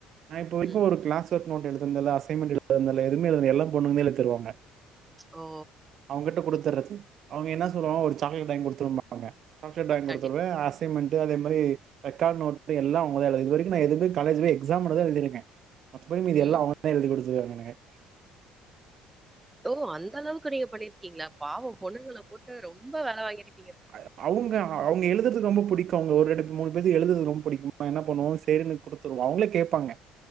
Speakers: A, on the right; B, on the right.
A: நா இப்போ வரைக்கும்
B: ம்.
A: ஒரு கிளாஸ் <unintelligible> நோட் எழுதுனதுல அசைன்மென்ட் எழுதுனதுல எங்குமே எழுதுனதுல எல்லா பொண்ணுங்க தா எழுதிதருவாங்க
B: ஓ!
A: அவுங்ட்ட கொடுத்தறது அவுங்க என்ன சொல்லுவாங்க ஒரு சாக்லேட் வாங்கி குடுத்துரும்பாங்க சாக்லட் வாங்கி
B: கண்டிப்பா.
A: கொடுத்துறுவ அசை மென்ட் அதே மாரி ரெக்கார்ட் நோட்டு எல்லா அவுங்கதா எழுது இதுவரைக்கும் காலேஜ் போய் எக்ஸாம் மட்டும் தா எழுதிருக்கேன் மத்தபடி மீதி
B: ம்.
A: எல்லா அவுங்கதா எழுதி கொடு <unintelligible>
B: ஓ அந்த அளவுக்கு நீங்க பண்ணிர் ருக்கீங்ளா பாவம் பொண்ணுங்கள போட்டு ரொம்ப வேலவாங்கிருக்
A: அ அவுங்க அவுங்க எழுதுறதுக்கு ரொம்ப பிடிக்கும் அவுங்க ஒரு இடத்துக் மூணு பேத்துக்கு எழுதறது ரொம்ப பிடிக்கு என்ன பண்ணுவோம் சரின்னு குடுத்துருவோம் அவங்களே கேப்பாங்க